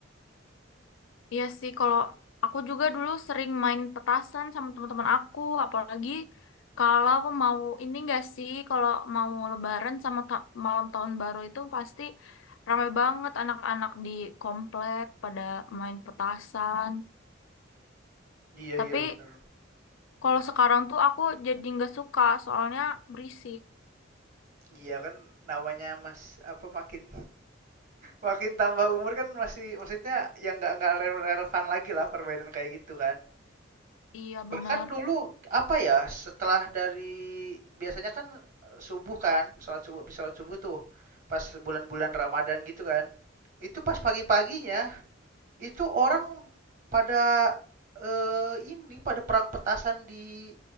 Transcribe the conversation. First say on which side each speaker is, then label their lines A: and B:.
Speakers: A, on the left; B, on the right.
A: Iya sih, kalau aku juga dulu sering main petasan sama teman-teman aku, apalagi kalau mau ini enggak sih, kalau mau lebaran sama ta- malam tahun baru itu pasti ramai banget anak-anak di komplek pada main petasan.
B: iya
A: Tapi
B: iya bener
A: kalau sekarang tuh aku jadi nggak suka soalnya berisik.
B: iya kan namanya mas apa makin Makin tambah umur kan masih maksudnya yang nggak nggak rele- relevan lagi lah perbedaan kayak gitu kan.
A: Iya benar.
B: Bahkan dulu apa ya setelah dari biasanya kan eh, subuh kan sholat subuh habis sholat subuh tuh pas bulan-bulan Ramadan gitu kan. Itu pas pagi-paginya itu orang pada eh, ini pada perang petasan di